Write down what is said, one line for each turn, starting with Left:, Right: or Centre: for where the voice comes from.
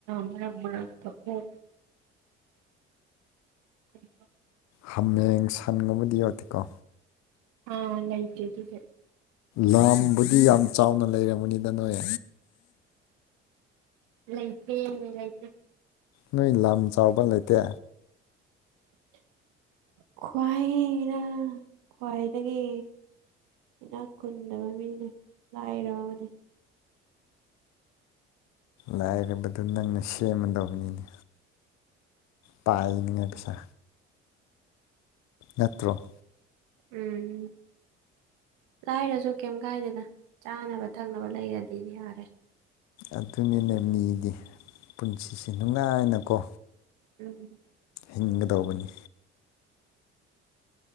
Right: ꯃꯔꯛ ꯃꯔꯛꯇ ꯀꯣꯞ ꯎ <unintelligible>
Left: ꯍꯥꯃꯦꯡ ꯁꯟꯒꯨꯝꯕꯗꯤ ꯌꯥꯎꯗꯦꯀꯣ
Right: ꯑꯥ ꯂꯩꯥꯇꯦ ꯑꯗꯨꯗꯤ
Left: ꯂꯝꯕꯨꯗꯤ ꯌꯥꯝ ꯆꯥꯎꯅ ꯂꯩꯔꯝꯒꯅꯤꯗ ꯅꯣꯏ
Right: ꯂꯩꯇꯦ ꯂꯩꯇꯦ
Left: ꯅꯣꯏ ꯂꯝ ꯆꯥꯎꯕ ꯂꯩꯇꯦ
Right: <inaudible> ꯈ꯭ꯋꯥꯥꯏꯔ ꯈ꯭ꯋꯥꯢꯗꯒꯤ ꯏꯅꯥꯛ ꯈꯨꯨꯟꯗꯕ ꯃꯤꯅꯦ ꯂꯥꯏꯔꯕꯅꯦ
Left: ꯂꯥꯏꯔꯕꯗꯨ ꯅꯪꯅ ꯁꯦꯝꯃꯗꯧꯕꯅꯤꯅꯦ ꯄꯥꯏꯅꯤꯡꯉꯥꯏ ꯄꯩꯁꯥ ꯅꯠꯇ꯭ꯔꯣ
Right: ꯎꯝ ꯂꯥꯏꯔꯁꯨ ꯀꯩꯝ ꯀꯥꯏꯗꯦꯗ ꯆꯥꯅꯕ ꯊꯛꯅꯕ ꯂꯩꯔꯗꯤ ꯌꯥꯔꯦ
Left: ꯑꯗꯨꯅꯤꯅꯦ ꯃꯤꯗꯤ ꯄꯨꯟꯁꯤꯁꯦ ꯅꯨꯡꯉꯥꯏꯅꯀꯣ
Right: ꯎꯝ
Left: ꯍꯤꯡꯒꯗꯧꯕꯅꯤ